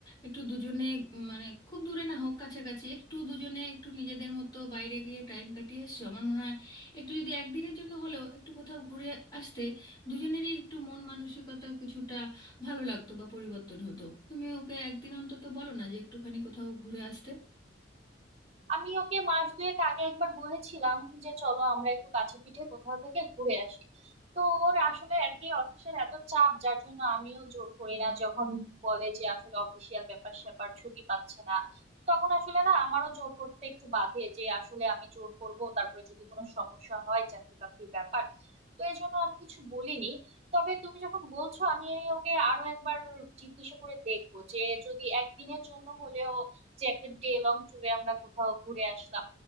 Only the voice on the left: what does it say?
একটু দুজনে উম, মানে খুব দূরে না হোক কাছাকাছি একটু দুজনে একটু নিজেদের মতো বাইরে গিয়ে টাইম কাটিয়ে এসছো আমার মনে হয় একটু যদি একদিনের জন্য হলেও একটু কোথাও ঘুরে আসতে দুজনেরই একটু মন মানসিকতা কিছুটা ভালো লাগতো বা পরিবর্তন হতো তুমি ওকে একদিন অন্তত বলো না যে একটুখানি কোথাও ঘুরে আসতে